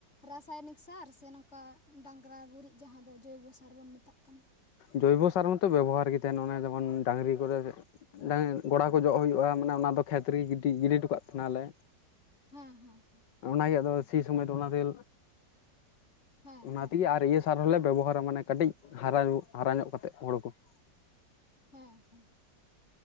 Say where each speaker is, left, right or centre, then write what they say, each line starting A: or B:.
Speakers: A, on the left; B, on the left.
A: ᱨᱟᱥᱟᱭᱚᱱᱤᱠ ᱥᱟᱨ ᱥᱮ ᱱᱚᱝᱠᱟ ᱰᱟᱝᱨᱟ ᱜᱩᱨᱤᱡ ᱡᱟᱦᱟᱸ ᱫᱚ ᱡᱳᱭᱵᱚ ᱥᱟᱨ ᱵᱚᱱ ᱢᱮᱛᱟᱜ ᱠᱟᱱᱟ?
B: ᱡᱳᱭᱵᱚ ᱥᱟᱨ ᱢᱟᱛᱚ ᱵᱮᱵᱚᱦᱟᱨ ᱜᱮ ᱛᱟᱦᱮᱱ ᱚᱱᱮ ᱡᱮᱢᱚᱱ ᱰᱟᱝᱨᱤ ᱠᱚᱨᱮ ᱰᱟᱹᱝ ᱜᱚᱲᱟ ᱠᱚ ᱡᱚᱜ ᱦᱩᱭᱩᱜ-ᱟ ᱢᱟᱱᱮ ᱚᱱᱟ ᱫᱚ ᱠᱷᱮᱛ ᱨᱮᱜᱮ ᱜᱤᱰᱤ ᱜᱤᱰᱤ ᱦᱚᱴᱚ ᱠᱟᱜ ᱛᱟᱦᱮ ᱱᱟᱞᱮ ᱾
A: ᱦᱮᱸ ᱦᱮᱸ ᱦᱮᱸ,
B: ᱚᱱᱟᱜᱮ ᱟᱫᱚ ᱥᱤ ᱥᱚᱢᱚᱭ ᱫᱚ ᱚᱱᱟ ᱛᱮᱜᱮ
A: ᱦᱮᱸ
B: ᱚᱱᱟ
A: ᱦᱮᱸ
B: ᱛᱮᱜᱮ
A: ᱦᱮᱸ
B: ᱟᱨ ᱤᱭᱟᱹ ᱥᱟᱨ ᱦᱚᱞᱮ ᱵᱮᱵᱚᱦᱟᱨᱟ ᱢᱟᱱᱮ ᱠᱟᱹᱴᱤᱡ ᱦᱟᱨᱟ ᱦᱟᱨᱟ ᱧᱚᱜ ᱠᱟᱛᱮᱫ ᱦᱚᱲᱩ ᱠᱚ ᱾
A: ᱦᱮᱸ ᱦᱮᱸ